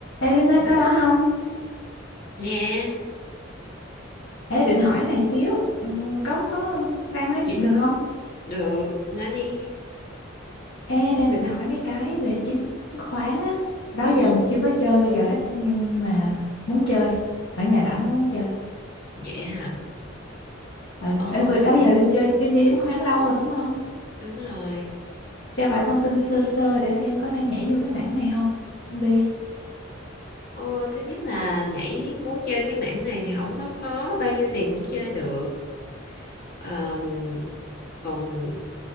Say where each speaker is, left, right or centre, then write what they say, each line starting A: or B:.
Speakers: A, on the left; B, on the left.
A: Ê Linh ơi có đó không?
B: Nghe,
A: Ê định hỏi này xíu Ừm, Có có đang nói chuyện được không?
B: được, nói đi.
A: Ê đang định hỏi mấy cái về chứng khoán á Đó
B: Ừ,
A: giờ chưa có chơi bao giờ hết Nhưng mà muốn chơi Ở nhà rảnh có muốn chơi
B: vậy hả?
A: ừ.
B: Ờm,
A: Ê vừa đó giờ Linh chơi Linh chơi chứng khoán lâu rồi đúng không?
B: đúng rồi.
A: Cho vài thông tin sơ sơ để xem có nên nhảy vô cái mảng này không đi
B: Ờ, thứ nhất là nhảy muốn chơi cái mảng này thì không có khó, bao nhiêu tiền cũng chơi được. Ờm, còn